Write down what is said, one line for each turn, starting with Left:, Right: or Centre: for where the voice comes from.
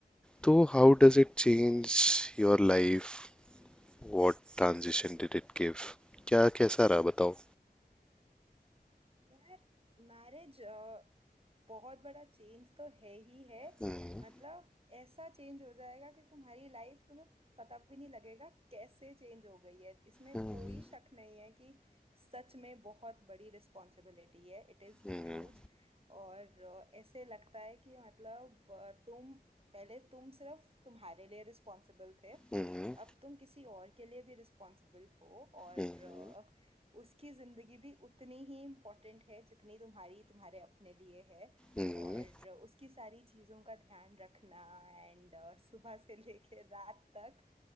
Centre: तो how does it change your life what transition did it give क्या कैसा रहा बताओ
Right: यार मैरिज बहुत बड़ा चेंज तो है ही है
Centre: हम्म
Right: मतलब ऐसा चेंज हो जाएगा कि तुम्हारी लाइफ तुम्हें पता भी नहीं लगेगा कैसे चेंज हो गई है इसमें
Centre: हम्म
Right: कोई शक नहीं है कि सच में बहुत बड़ी रिस्पॉन्सिबिलिटी है It is
Centre: हम्म
Right: huge और अ, ऐसे लगता है कि मतलब अ, तुम पहले तुम सिर्फ तुम्हारे लिए रिस्पॉन्सिबल थे
Centre: हम्म
Right: अब तुम किसी और के लिए भी रिस्पॉन्सिबल हो और
Centre: हम्म
Right: उसकी जिंदगी भी उतनी ही इम्पोर्टेंट है जितनी तुम्हारी तुम्हारे अपने लिए है
Centre: हम्म हम्म,
Right: और उसकी सारी चीजों का ध्यान रखना एंड सुबह से लेके रात तक